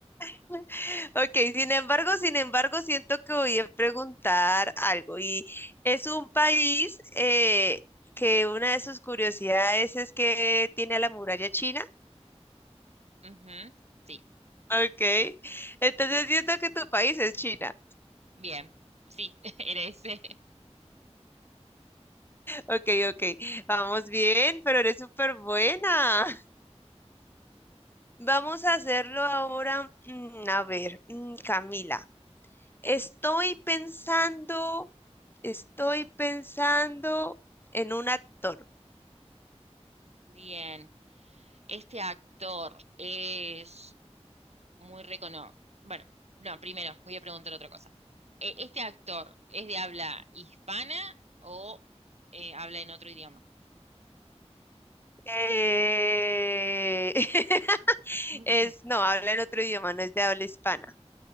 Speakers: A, on the left (about 20°); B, on the right (about 70°).
A: <laughs> Ok, sin embargo, sin embargo, siento que voy a preguntar algo y es un país eh, que una de sus curiosidades es que tiene a la muralla china.
B: Ujú, Sí,
A: Ok, entonces siento que tu país es China.
B: bien, sí, <laughs> eres. eh.
A: Ok, ok, vamos bien, pero eres súper buena. Vamos a hacerlo ahora. mm, A ver, mm, Camila, estoy pensando, estoy pensando en un actor.
B: Bien. Este actor es muy reconocido. Bueno, no, primero voy a preguntar otra cosa. Eh, ¿Este actor es de habla hispana o eh, habla en otro idioma?
A: Eh, <laughs>
B: <laughs>
A: Es, no,
B: Ujú.
A: habla en otro idioma, no es de habla hispana.